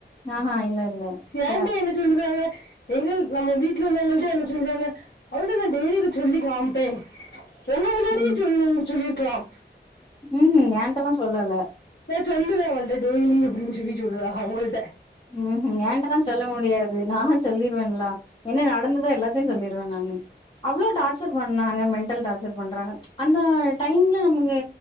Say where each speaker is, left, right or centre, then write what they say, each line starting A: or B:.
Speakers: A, on the left; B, on the left.
A: ஆஹா இல்ல இல்ல ச்ச.
B: ஏங்கிட்டயே என்ன சொல்லுதாங்க எங்க நம்ம வீட்ல உள்ளவங்கள்டயே என்ன சொல்லுதாங்க அவளிட்ட நா டெய்லி இத சொல்லி காமிப்பே எங்க
A: ம்
B: சொல்ல உங் சொல்லிருக்கலாம்
A: ம் ம் ஏன்டெல்லா சொல்லல
B: ஏ சொல்லுத அவங்கள்ட்ட டெய்லியு அப்டினு சொல்லி சொல்லுதாக உங்கள்ட
A: ம்ஹீ ஏன்டல்லா சொல்ல முடியாது நான் சொல்லிருவன்லா என்ன நடந்ததா எல்லாத்தையு சொல்லிறுவ நானு அவ்ளோ டார்ச்சர் பண் நாங்க மெண்டல் டார்ச்சர் பன்றாங்க அந்த டைம் ல நமக்கு